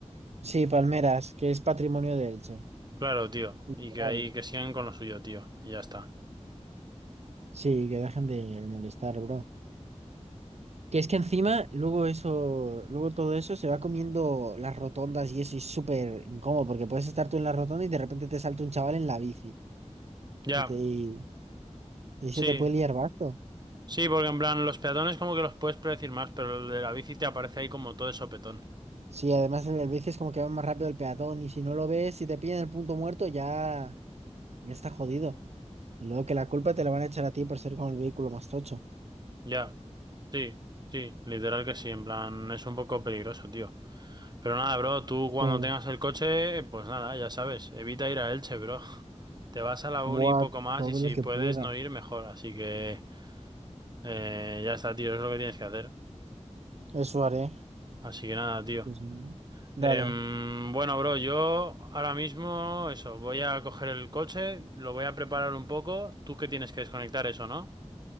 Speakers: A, on the right; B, on the right.
A: Sí, palmeras, que es patrimonio de Elche.
B: Claro, tío.
A: Literal.
B: Y que ahí que sigan con lo suyo, tío. Y ya está.
A: Sí, que dejen de molestar, bro. Que es que encima, luego eso, luego todo eso se va comiendo las rotondas y eso y es súper incómodo, porque puedes estar tú en la rotonda y de repente te salta un chaval en la bici
B: Ya.
A: y te y, y
B: Sí.
A: se te puede liar basto.
B: Sí, porque en plan, los peatones como que los puedes predecir más, pero el de la bici te aparece ahí como todo de sopetón.
A: Sí, además el, el bici es como que va más rápido el peatón y si no lo ves, si te pillan el punto muerto, ya, ya está jodido. Y luego que la culpa te la van a echar a ti por ser con el vehículo más tocho.
B: Ya. Sí. Sí. Literal que sí. En plan, es un poco peligroso, tío. Pero nada, bro, tú
A: Sí,
B: cuando tengas el coche, pues nada, ya sabes, evita ir a Elche, bro. Te vas a la
A: buah,
B: uni y poco más
A: todo
B: y si
A: lo que
B: puedes
A: pueda.
B: no ir, mejor. Así que eh, ya está, tío, es lo que tienes que hacer.
A: Eso haré.
B: Así que nada, tío.
A: Sí, sí, ¿no? Dale.
B: Em, bueno, bro, yo ahora mismo, eso, voy a coger el coche, lo voy a preparar un poco. Tú que tienes que desconectar eso, ¿no?